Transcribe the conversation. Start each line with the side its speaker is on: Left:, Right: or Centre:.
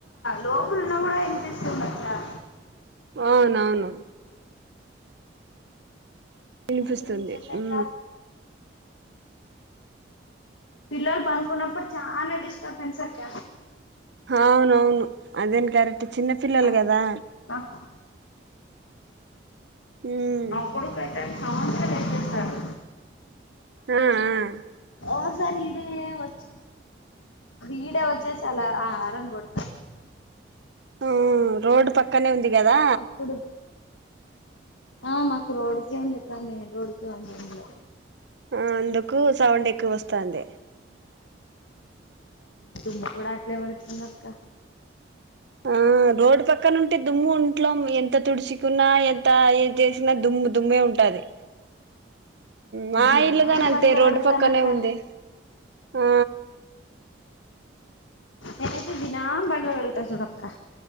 Left: లోపల ఉన్న కూడ వినిపిస్తుంది క
Right: అవునవును
Left: అయినా
Right: ఇనిపిస్తుంది
Left: ఏం చేసాక
Right: ఉ
Left: పిల్లలు పనుకున్నప్పుడు చాన డిస్టర్బెన్స్ అక్క
Right: అవునవును అదేని కరెక్ట్ చిన్న పిల్లలు
Left: నా
Right: కదా
Left: నాకు
Right: ఉమ్
Left: నా కొడుకు అయితే సౌండ్స్ కే లేచేస్తాడు
Right: ఆ ఆ
Left: <unintelligible> ఇడే వచ్ ఈడే వచ్చేసి అలా ఆరన్ కొడతారు
Right: ఊ ఆ రోడ్డు పక్కనే ఉంది కదా
Left: అప్పుడు ఆ మాకు రోడుకే వందిక్కా మెయిన్ రోడ్కే వుంది ఇండ్లు
Right: ఆ అందుకు సౌండ్ ఎక్కువ వస్తంది
Left: దుమ్ము కూడ అట్లే పడుతుంది అక్క
Right: ఆ రోడ్డు పక్కనుంటే దుమ్ము ఇంట్లో ఎంత తుడుచుకున్నా ఎంత ఏం చేసి దుమ్ము దుమ్మే ఉంటది మా
Left: దినం
Right: ఇల్లుగాని అంతే
Left: బండ్లు
Right: రోడ్డు
Left: కడుగుతానక్క
Right: పక్కనే ఉంది ఆ
Left: నేనైతే దినము బండ్లు కడుగుత చుడక్క